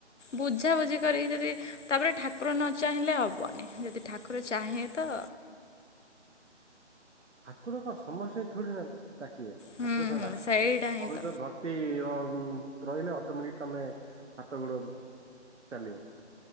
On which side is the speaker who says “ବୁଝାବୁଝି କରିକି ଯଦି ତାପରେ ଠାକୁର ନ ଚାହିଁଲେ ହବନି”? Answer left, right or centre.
Left